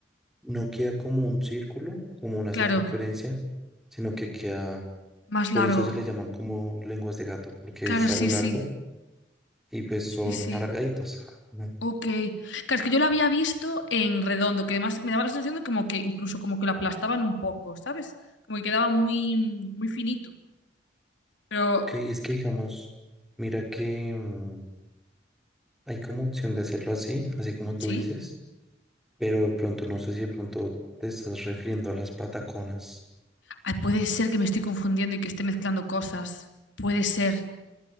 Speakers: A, in the centre; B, on the left.
A: no queda como un círculo, como una
B: Claro,
A: circunferencia, sino que queda,
B: más
A: por
B: largo.
A: eso se le llaman como lenguas de gato, porque
B: Claro,
A: es
B: sí,
A: a lo largo
B: sí.
A: y pues son
B: Sí, sí.
A: alargaditos. Ujú.
B: Ok. Claro, es que yo lo había visto en redondo, que además me daba la sensación de como que incluso como que lo aplastaban un poco, ¿sabes? Como que quedaba muy, muy finito. Pero,
A: Ok, es que digamos, mira que mm, hay como opción de hacerlo así, así como tú
B: ¿sí?
A: dices, pero de pronto no sé si de pronto te estás refiriendo a las pataconas,
B: Ay, puede ser que me estoy confundiendo y que esté mezclando cosas. Puede ser.